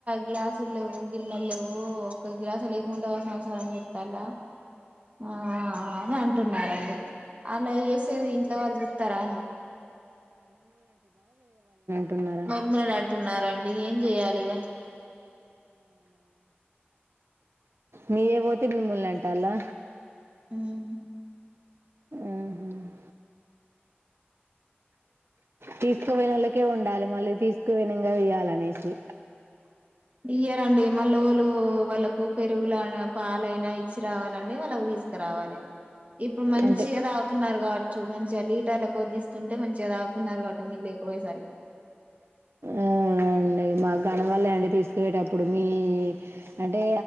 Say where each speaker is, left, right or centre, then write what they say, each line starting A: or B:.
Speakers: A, on the right; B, on the right.
A: గ్లాసుల్లు లేవు గిన్నెలు లేవు ఒక గ్లాసు లేకుండా సంసారం చెత్తందా ఆ అని అంటున్నారండి అలా చేసేది ఇంట్లో వాళ్ళు చూత్తరా అండి
B: టున్నార
A: మమ్మల్ని అంటున్నారండి
B: అవున
A: ఏం చెయాలిగా
B: నేయ్య పోతే మిమ్ముల్ని అంటల్లా
A: ఉమ్
B: ఆహా తీసుకు పోయిన వాళ్ళకే ఉండాలి మళ్ళీ తీసుకుపోయినంగా ఇయ్యాలనేసి
A: ఇయ్యరండి మళ్ళ వాళ్ళు వాళ్ళలకు పెరుగులనా పాలయినా ఇచ్చి రావాలండి వాళ్ళకు తీ స్కురావాలె ఇప్పుడు మంచి
B: అంటే
A: ఏ తాగుతున్నారు కావచ్చు మంచిగా లీటర్లకు కొద్దీస్తుంటే మంచి అవుతున్నారు కాబట్టి మీరు లేకపోయేసరికి
B: అవును అండి మాకు <unintelligible> అన్ని తీసుకు పోయెటప్పుడు మీ అంటే